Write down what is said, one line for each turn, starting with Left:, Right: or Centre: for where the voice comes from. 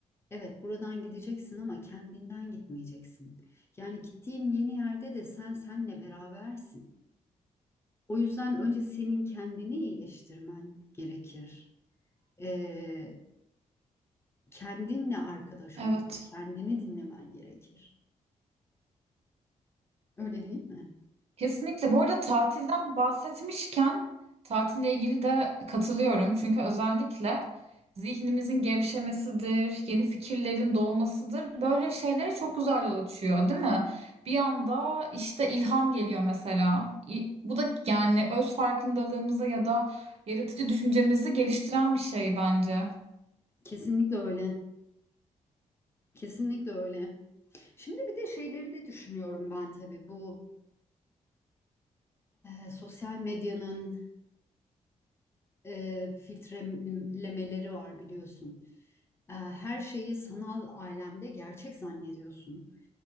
Left: Evet, buradan gideceksin ama kendinden gitmeyeceksin. Yani gittiğin yeni yerde de sen senle berabersin. O yüzden önce senin kendini iyileştirmen gerekir. Ee, kendinle arkadaş
Right: evet.
Left: olman, kendini dinlemen gerekir. Öyle değil mi?
Right: Kesinlikle. Bu arada tatilden bahsetmişken tatille ilgili de katılıyorum. Çünkü özellikle zihnimizin gevşemesidir, yeni fikirlerin doğmasıdır. Böyle şeylere çok güzel yol açıyor, değil mi? Bir anda işte ilham geliyor mesela. İ- Bu da yani öz farkındalığımıza ya da yaratıcı düşüncemizi geliştiren bir şey bence.
Left: Kesinlikle öyle. Kesinlikle öyle. Şimdi bir de şeyleri de düşünüyorum ben tabii bu e, sosyal medyanın e, filtrelemeleri var biliyorsun. E, her şeyi sanal alemde gerçek zannediyorsun.